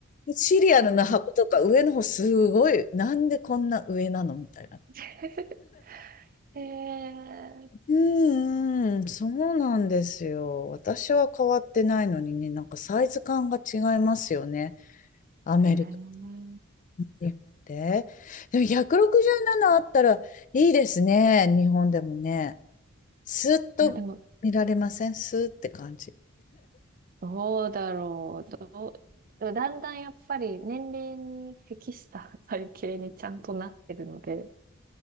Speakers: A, on the left; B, on the right.
A: シリアルの箱とか上の方すごい、
B: そう
A: なんでこんな上なのみたいな。
B: <laughs> へえ、へ
A: うーん、そうなんですよ。私は変わってないのにね、なんかサイズ感が違いますよね。アメリカ
B: え。い
A: と日本で。でも167あったらいいですね、日本でもね。スーッと見られませんスーッって感じ。
B: や、でも、どうだろう。どう、だんだんやっぱり年齢に適した体型にちゃんとなってるので、